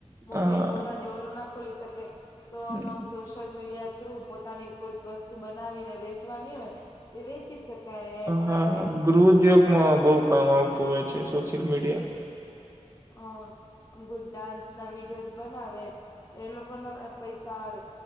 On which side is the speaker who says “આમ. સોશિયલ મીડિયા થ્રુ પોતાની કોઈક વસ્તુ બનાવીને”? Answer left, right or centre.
Left